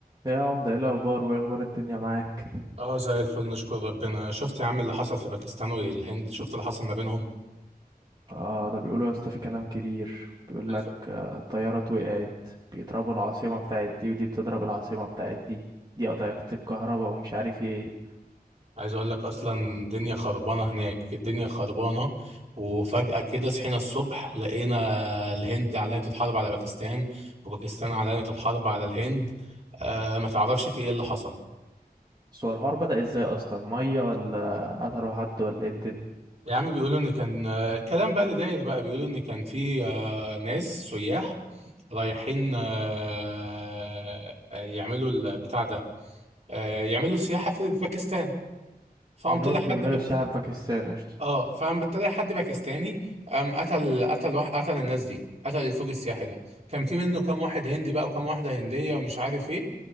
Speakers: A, on the right; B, on the right.
A: يا عمدة ايه الأخبار وايه أخبار الدنيا معاك؟
B: اه زي الفل نشكر ربنا شفت يا عم اللي حصل في باكستان والهند شفت اللي حصل ما بينهم
A: آه ده بيقولوا يا اسطى في كلام كبير بيقول
B: عايز
A: لك
B: أقول-
A: آه طيارات وقعت بيضربوا العاصمة بتاعت دي ودي بتضرب العاصمة بتاعت دي دي قطعت الكهرباء ومش عارف ايه
B: عايز اقول لك اصلا الدنيا خربانه هناك الدنيا خربانه وفجاه كده صحينا الصبح لقينا الهند اعلنت الحرب على باكستان وباكستان اعلنت الحرب على الهند آه ما تعرفش في ايه اللي حصل
A: بس هو الحوار بدأ ازاي أصلا مية ولا قتلوا حد ولا ايه الدنيا؟
B: يا عم بيقولوا ان كان آه، الكلام بقى اللي داير بقى بيقولوا ان كان في آه، ناس سياح رايحين آه، آه، يعملوا البتاع ده آه، يعملوا سياحه في باكستان فقام
A: هنود
B: طلع حد
A: بيعملوا
B: باكستاني
A: سياحة في باكستان قشطة
B: اه فقام طلع حد باكستاني قام قتل قتل واحد قتل الناس دي قتل الفوج السياحي ده كان في منه كام واحد هندي بقى وكام واحده هنديه ومش عارف ايه